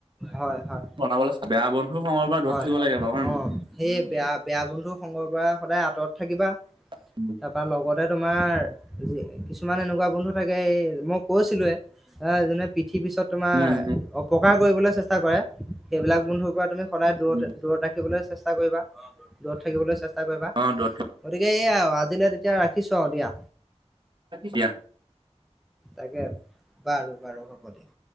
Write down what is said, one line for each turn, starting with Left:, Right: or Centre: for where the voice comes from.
Centre: হয় হয়।
Right: বনাবলৈ বেয়া বন্ধু সময়ৰ পৰা দূৰত
Centre: হয়
Right: থাকিব লাগে বাৰু হয়
Centre: অ
Right: নহয়?
Centre: সেই বেয়া বেয়া বন্ধু সংগৰ পৰা সদায় আঁতৰত থাকিবা।
Right: <unintelligible>
Centre: তাৰপা লগতে তোমাৰ কিছুমান এনেকুৱা বন্ধু থাকে এই মই কৈছিলোৱে। এ যোনে পিঠি পিছত তোমাৰ
Right: উম,
Centre: অপকাৰ কৰিবলৈ চেষ্টা কৰে সেইবিলাক বন্ধুৰ পৰা তুমি- সদায় দূৰত
Right: উম,
Centre: দূৰত ৰাখিবলৈ চেষ্টা কৰিবা, দূৰত থাকিবলৈ চেষ্টা কৰিবা।
Right: অ' দূৰত
Centre: গতিকে এইয়াই আও। ৰাখিছোঁ অঁ দিয়া।
Right: দিয়া।
Centre: তাকে বাৰু বাৰু হ'ব দে।